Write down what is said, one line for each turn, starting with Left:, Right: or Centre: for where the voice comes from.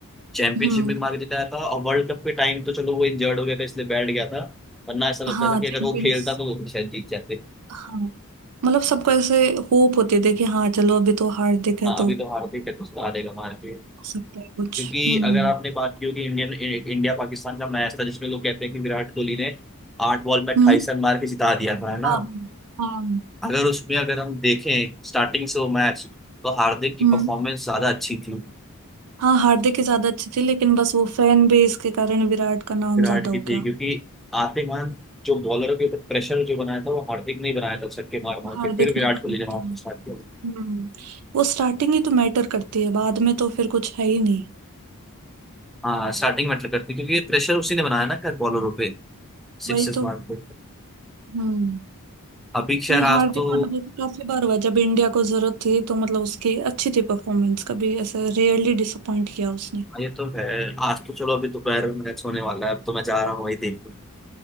Centre: चैंपियनशिप
Right: हम्म
Centre: में भी मार के जिताया था और वर्ल्ड कप के टाइम तो चलो वो इंजर्ड हो गया था इसलिए बैठ गया था वरना ऐसा लगता
Right: हाँ
Centre: था कि
Right: चैंपियंस
Centre: अगर वो खेलता तो वो शायद जीत जाते
Right: हाँ मतलब सबको ऐसे होप होते थे कि हाँ चलो अभी तो हार दिख है
Centre: हाँ
Right: तो
Centre: अभी
Right: हो
Centre: तो हारते ही उसको हारेगा मार के
Right: सकता है कुछ
Centre: क्योंकि
Right: हम्म
Centre: अगर आपने बात की होगी इंडियन इंडिया पाकिस्तान का मैच था जिसमें लोग कहते हैं कि विराट कोहली ने आठ बॉल में अट्ठाईस
Right: हम्म
Centre: रन मार के जिता दिया था है ना
Right: हाँ हाँ
Centre: अगर उसमें अगर हम देखें स्टार्टिंग से वो मैच तो हार्दिक की
Right: हम्म
Centre: परफॉर्मेंस ज्यादा अच्छी थी
Right: हाँ हार्दिक ही ज्यादा अच्छी थी लेकिन बस वो फैन बेस के कारण विराट का नाम
Centre: विराट
Right: ज्यादा
Centre: की
Right: हो
Centre: थी
Right: गया
Centre: क्योंकि आते मान जो बॉलर के ऊपर प्रेशर जो बनाया था वो हार्दिक ने ही बनाया था छक्के मार मार
Right: हार्दिक
Centre: के फिर विराट
Right: नहीं बना
Centre: कोहली ने मारा
Right: था
Centre: स्टार्ट किया
Right: हम्म वो स्टार्टिंग ही तो मैटर करती है बाद में तो फिर कुछ है ही नहीं
Centre: हाँ स्टार्टिंग मैटर करती क्योंकि प्रेशर उसी ने बनाया ना खैर बॉलरों पे सिक्सेस
Right: वही तो
Centre: मार के
Right: हम्म
Centre: अभी खैर
Right: नहीं
Centre: आज
Right: हार्दिक
Centre: तो
Right: मतलब काफी बार हुआ है, जब इंडिया को जरूरत थी तो मतलब उसकी अच्छी थी परफॉर्मेंस कभी ऐसे रेयरली डिसअपॉइंट किया उसने
Centre: हाँ, ये तो है आज तो चलो अभी दोपहर में मैच होने वाला है अब तो मैं जा रहा हूँ वही देखने